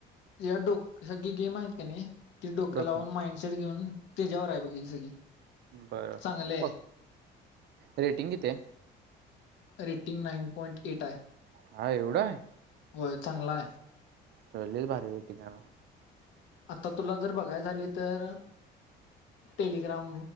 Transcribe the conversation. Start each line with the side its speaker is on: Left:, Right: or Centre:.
Left: या डोक सगळी गेम आहेत की नाही- ती डोक
Right: डोके
Left: लावून माइंडसेट घेऊन त्याच्यावर आहे बघ ही सगळी-
Right: बरं
Left: चांगली आहे
Right: बघ रेटिंग कितीे-
Left: रेटिंग नाईन पॉइंट एट आहे-
Right: हा एवढा आहे-
Left: होय चांगला आहे
Right: चले भारी वेटिंग ना
Left: आता तुला जर बघाय झाली तर टेलिग्राम